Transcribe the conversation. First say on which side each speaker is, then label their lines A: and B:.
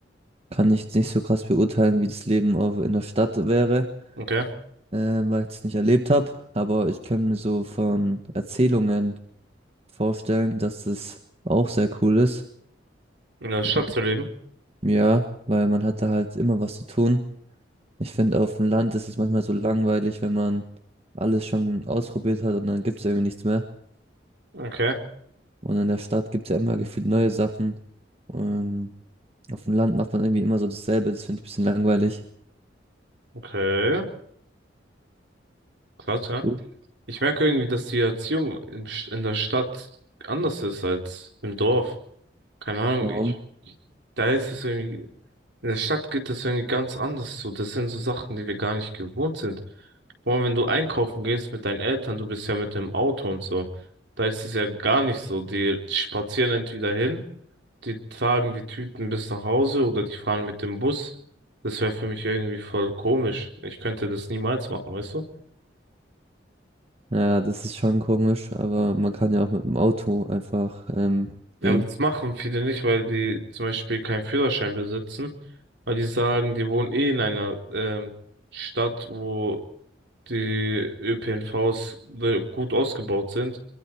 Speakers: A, on the right; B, on the right.
A: kann ich jetzt nicht so krass beurteilen, wie das Leben auf, in der Stadt wäre,
B: Okay.
A: ähm, weil ich es nicht erlebt habe, aber ich kann mir so von Erzählungen vorstellen, dass es auch sehr cool ist.
B: In der Stadt
A: Ähm,
B: zu leben.
A: Ja, weil man hatte halt immer was zu tun. Ich finde, auf dem Land ist es manchmal so langweilig, wenn man alles schon ausprobiert hat und dann gibt es irgendwie nichts mehr.
B: Okay.
A: Und in der Stadt gibt es ja immer gefühlt neue Sachen. Ähm, auf dem Land macht man irgendwie immer so dasselbe. Das finde ich ein bisschen langweilig.
B: Okay. Krass, ja.
A: Hm?
B: Ich merke irgendwie, dass die Erziehung in, in der Stadt anders ist als im Dorf. Keine Ahnung,
A: Warum?
B: ich, da ist es irgendwie, in der Stadt geht das irgendwie ganz anders so. Das sind so Sachen, die wir gar nicht gewohnt sind. Vor allem, wenn du einkaufen gehst mit deinen Eltern, du bist ja mit dem Auto und so. Da ist es ja gar nicht so. Die spazieren entweder hin. die tragen die Tüten bis nach Hause oder die fahren mit dem Bus. Das wäre für mich irgendwie voll komisch. Ich könnte das niemals machen, weißt du?
A: Ja, das ist schon komisch, aber man kann ja auch mit dem Auto einfach ähm,
B: Ja,
A: gehen.
B: Aber das machen viele nicht, weil die zum Beispiel keinen Führerschein besitzen, weil die sagen, die wohnen eh in einer ähm, Stadt, wo die ÖPNVs we- gut ausgebaut sind